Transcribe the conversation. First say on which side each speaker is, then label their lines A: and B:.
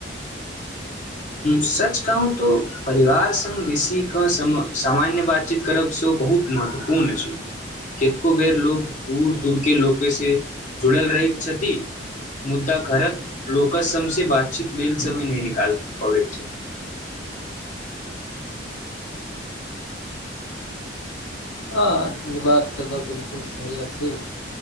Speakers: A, on the left; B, on the left.
A: सच कहू तो परिवार स बेसी क सम सामान्य बातचीत करबसँ बहुत महत्वपूर्ण छै कतको बेर लोक दूर दूर के लोक से जुड़ल रहैत छथि मुद्दा घरक लोकक सभसँ बातचीत लेल समय नहि निकाल अब्येछे
B: हँ ई बात तऽ तऽ बिलकुल सही अछि